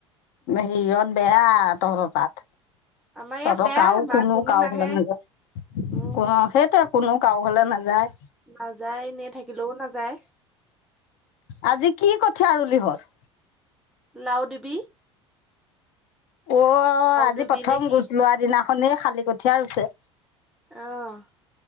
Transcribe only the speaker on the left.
হিয়াত বেয়া তহঁতৰ তাত। তহঁতৰ
কাও
কোনো কাও
ফালে নাযায়।
কোন সেইটো কোনো কাৰাও ঘৰলৈ নাযায়।
আজি কি কঠীয়া ৰুলহৰ?
অ, আজি
প্ৰথম
গুচ লোৱা দিনাখননেই খালি কঠীয়া ৰুইছ?